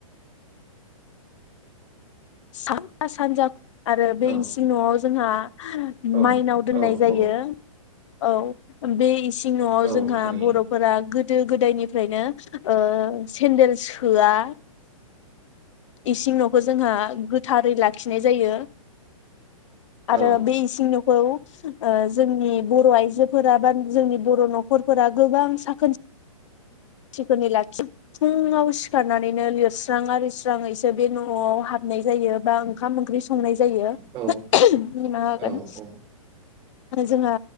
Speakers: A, on the left; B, on the right.
A: सा सानजा आरो
B: औ
A: बे इसिं न'आव जोंहा
B: औ
A: माइनाव दोननाय
B: औ
A: जायो
B: औ
A: औ बे इसिं सिङाव
B: औ
A: जोंहा
B: थारैनो
A: बर'फोरा गोदो गोदायनिफ्रायनो ओ सेन्देल सोआ इसिं न'खौ जोंहा गोथारै लाखिनाय जायो।
B: औ
A: आरो बे इसिं न'खौ ओ जोंनि बर' आइजोफोरा बा जोंनि बर' न'खरफोरा गोबां साखोन सिखोनै लाखियो फुङाव सिखारनानैनो लिर लिरस्रां <unintelligible> स्राङैसो बे न'आव हाबनाय जायो बा ओंखाम ओंख्रि सङो संनाय जायो
B: औ
A: निमाहा होगोन
B: औ औ
A: जोंहा